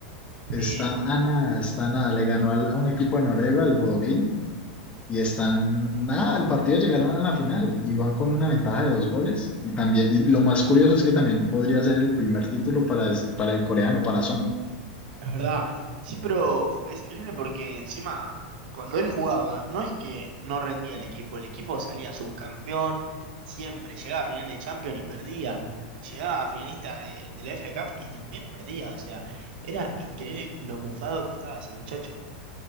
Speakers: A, on the left; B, on the right.
A: Está
B: Eh,
A: a nada, está a nada. Le ganó al- a un equipo de Noruega, al Bodø/Glimt, y están nada, el partido llegaron a la final y van con una ventaja de dos goles. Y también, y lo más curioso es que también podría ser el primer título para, es- para el coreano, para Son.
B: Es verdad. Sí, pero es increíble porque encima, cuando él jugaba, no es que no rendía el equipo, el equipo salía subcampeón, siempre, llegaba a final de Champions y perdía, llegaba a finalista de, de la FA Cup y también perdía, o sea, era increíble lo mufado que estaba ese muchacho.